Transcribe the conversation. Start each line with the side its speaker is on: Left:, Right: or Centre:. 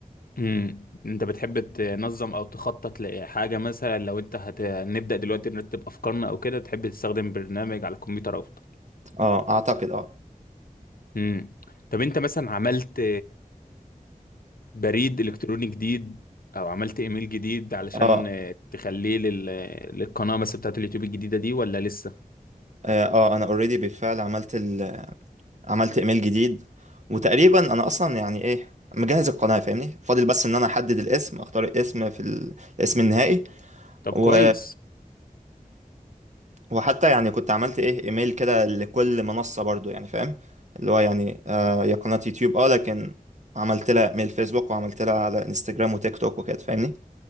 Left: امم انت بتحب تنظم او تخطط لحاجة مثلا لو انت هنبدأ دلوقتي نرتب افكارنا او كده تحب تستخدم برنامج على الكمبيوتر افضل
Right: اه اعتقد اه
Left: امم طب انت مثلا عملت بريد الكتروني جديد او عملت ايميل جديد علشان
Right: اه
Left: آه، تخليه لل... للقناه بس بتاعت اليوتيوب الجديده دي ولا لسه
Right: اه آه، انا اوريدي بالفعل عملت ال... عملت ايميل جديد وتقريبا انا اصلا يعني ايه مجهز القناه فاهمني فاضل بس ان انا احدد الاسم اختار الاسم في ال- الاسم النهائي
Left: طب
Right: و...
Left: كويس
Right: وحتى يعني كنت عملت ايه ايميل كده لكل منصة برضو يعني فاهم اللي هو يعني آه يا قناة يوتيوب اه لكن عملت لها ايميل فيسبوك وعملت لها على انستجرام وتيك توك وكده فاهمني